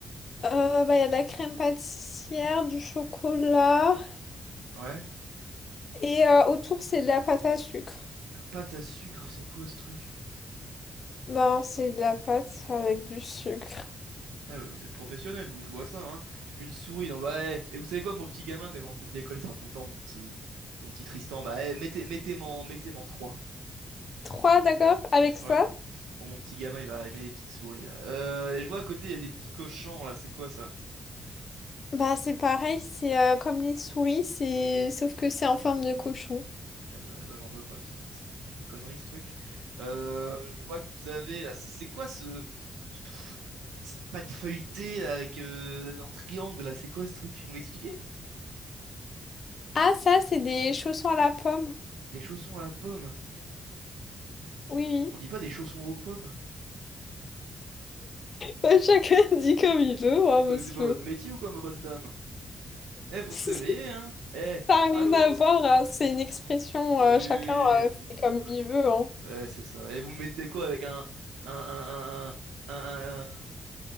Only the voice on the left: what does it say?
Euh, bah, il y a de la crème pâtissière, du chocolat.
Et euh, autour, c'est de la pâte à sucre.
Ben, c'est de la pâte avec du sucre.
Trois, d'accord, avec ça?
Bah, c'est pareil, c'est euh, comme les souris, c'est sauf que c'est en forme de cochon.
Ah, ça, c'est des chaussons à la pomme.
Oui, oui.
Bah, chacun <laughs> dit comme il veut, hein, monsieur.
<laughs>
Ça
n'a
rien à voir, hein, C'est une expression,
euh, chacun euh,
fait comme
il veut, hein.